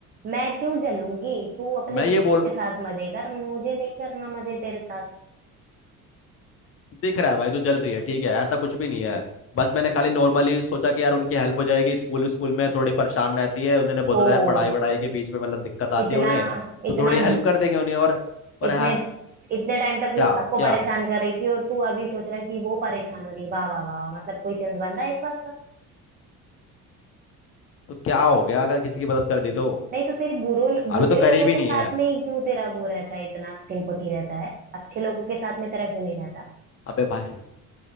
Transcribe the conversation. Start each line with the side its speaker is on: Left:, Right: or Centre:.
Right: मैं क्यों जलूंगी तू अपने
Left: मैं
Right: दोस्तों
Left: ये बोल
Right: के साथ मजे कर मुझे नहीं करना मजे तेरे साथ
Left: दिख रहा है भाई तो जल रही है ठीक है ऐसा कुछ भी नहीं है बस मैंने खाली नॉर्मली सोचा कि यार उनकी हेल्प हो जाएगी स्कूल स्कूल में थोड़ी परेशान रहती है उन्होंने
Right: ओ
Left: बोला था यार पढ़ाई वढ़ाई के बीच में मतलब दिक्कत आती
Right: इतना
Left: है उन्हें
Right: इतना
Left: तो थोड़ी हेल्प कर देंगे उन्हें और और
Right: इतने
Left: हाँ,
Right: इतने टाइम तक वो
Left: क्या
Right: सबको
Left: क्या
Right: परेशान कर रही थी और तू अभी सोच रहा है कि वो परेशान हो रही है। वाह वाह वाह वाह। मतलब कोई सेंस बन रहा है इस बात का
Left: तो क्या हो गया अगर किसी की मदद कर दी तो
Right: नहीं तो तेरी बुरो बुरे
Left: अभी तो
Right: लोगों
Left: करीब ही
Right: के
Left: नहीं
Right: साथ
Left: है
Right: में ही क्यों तेरा वो रहता है इतना सिंपथी रहता है अच्छे लोगों के साथ में तेरा क्यों नहीं रहता
Left: अबे भाई